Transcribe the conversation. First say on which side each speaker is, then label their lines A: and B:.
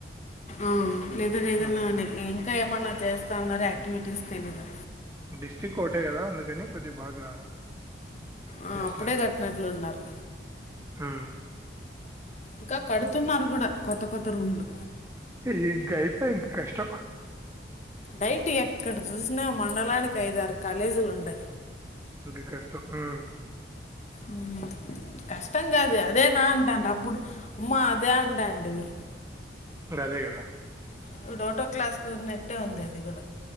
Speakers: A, on the left; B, on the right.
A: ఉమ్ లేదు లేదన్నా
B: హ్మ్.
A: అండి ఇంకా ఏమన్ మరి చేస్తా ఉన్నారు యాక్టివిటీస్ తెలీదు.
B: డిస్ట్రిక్ కోటే కదా అందుకని కొద్దిగ బాగా
A: ఆ
B: చేసినారు
A: అప్పుడే కట్టినట్లు
B: దాన్ని.
A: ఉన్నారు.
B: హ్మ్.
A: ఇంకా కడుతున్నారు కూడా కొత్త కొత్త రూమ్ లు
B: ఇయ్యింక అయిపోయ్ ఇంక కష్టం.
A: నైట్ ఎక్కడ చూసినా మండలానికి ఐదారు కాలేజీ లుండై.
B: కొద్ది కష్టం ఆ
A: ఊమ్ కష్టం కాదు అదేనా అంటాండ అప్పుడు ఉమా అదే అంటాంటిమి.
B: మరి అదే గదా
A: ఇప్పుడు ఒకటో క్లాస్కు ఉన్నట్టే ఉంది అది గూడా